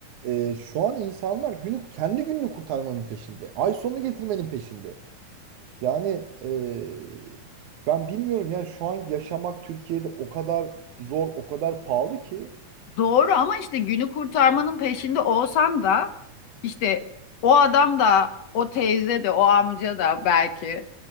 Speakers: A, on the right; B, on the left.
A: Ee, şu an insanlar günü kendi gününü kurtarmanın peşinde. Ay sonunu getirmenin peşinde. Yani ee, ben bilmiyorum yani şu an yaşamak Türkiye'de o kadar zor, o kadar pahalı ki.
B: Doğru ama işte günü kurtarmanın peşinde olsan da işte o adam da o teyze de o amca da belki